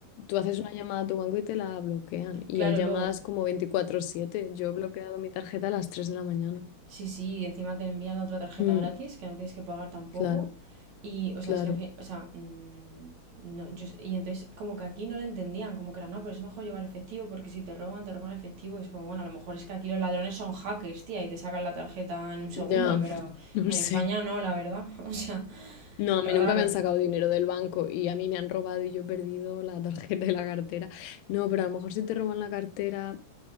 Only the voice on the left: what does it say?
tú haces una llamada a tu banco y te la bloquean, y
hay llamadas
como veinticuatro siete yo he bloqueado mi tarjeta a las 3 de la mañana,
Mm,
claro,
claro,
ya,
<laughs> no
sé,
no, a
mí nunca me han sacado dinero del banco y a mí me han robado y yo he perdido la tarjeta y la cartera, no, pero a lo mejor si te roban la cartera